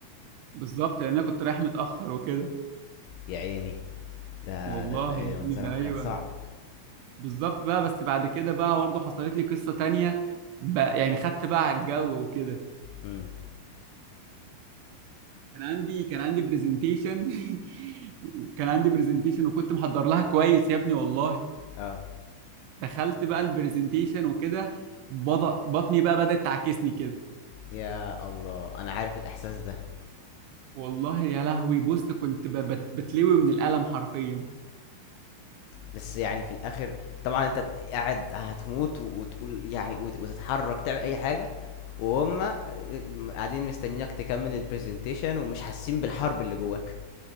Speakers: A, on the right; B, on the left.
A: بالظبط لان انا كنت رايح متاخر وكده
B: يا عيني ده
A: والله
B: ده تلاقي
A: يا
B: منظرك
A: ابني ده ايوه
B: كان صعب
A: بالظبط بقى بس بعد كده بقى برضه حصلت لي قصة تانية بقى يعني خدت بقى على الجو وكده
B: امم
A: كان عندي كان عندي برزنتيشن <laughs> وكان عندي برزنتيشن وكنت محضر لها كويس يا ابني والله
B: اه
A: دخلت بقى البرزنتيشن وكده بض- بطني بقى بدأت تعكسني كده
B: يا الله انا عارف الاحساس ده
A: والله يا لهوي بص كنت ب- بت- بتلوي من الألم حرفيا
B: بس يعني في الاخر طبعا انت قاعد هتموت و- وتقول يعني وت- وتتحرك تعمل اي حاجه وهم قاعدين مستنيينك تكمل البرزنتيشن ومش حاسين بالحرب اللي جواك